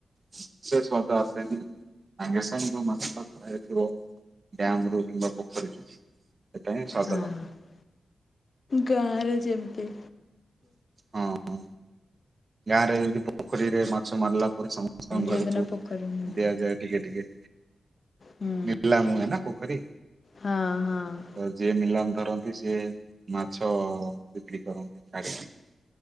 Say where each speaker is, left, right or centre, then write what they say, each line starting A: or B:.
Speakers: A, on the right; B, on the left.
A: ସେ ସ୍ୱାଦ ଆସେନି ସାଙ୍ଗେ ସାଙ୍ଗେ ଯୋଉ ମାଛଟା ଧରା ଯାଇଥିବ ଡ୍ୟାମରୁ କିମ୍ବା ପୋଖରୀରୁ ସେଟା ହିଁ ସ୍ୱାଦ
B: ହଁ
A: ଲାଗେ।
B: ଗାଁରେ ଯେମତି
A: ହଁ ଗାଁରେ ଯେନ୍ତି ପୋଖରୀରେ ମାଛ ମାରିଲା ପରେ ସମ ସ୍ତଙ୍କ
B: ଯୋଉଦିନ
A: ଘରୁକୁ
B: ପୋଖରୀ ହୁଁ
A: ଦିଆଯାଏ ଟିକେ ଟିକେ।
B: ହୁଁ
A: ନିଲାମ ହୁଏ ନା ପୋଖରୀ।
B: ହଁ ହଁ।
A: ତ ଯିଏ ନିଲାମ ଧରନ୍ତି ସିଏ ମାଛ ବିକ୍ରି କରନ୍ତି ଛାଡିକି।